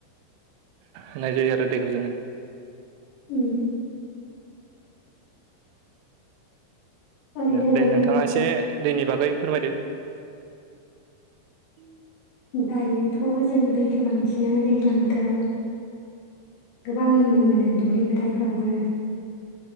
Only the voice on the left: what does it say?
उ ओरैनो
दों
दायोथ' जोङो दैखौ बांसिनानो दैज्लां बोथोराव गोबां नुनो मोनो दुब्लि फोथारफोरावबो